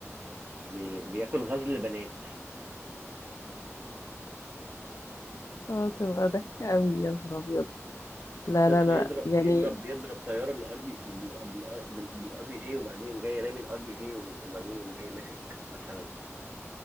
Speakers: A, on the right; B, on the left.
A: بي... بياكل غزل بنات
B: اه تبقى ضحكة قوي يا نهار أبيض لا
A: طفل
B: لا لا
A: يضرب
B: يعني
A: يضرب يضرب طياره بالار بي بالار بي جي وبعدين يقوم جاي رامي الار بي جي وبعدين يقوم جاي ماسك مثلا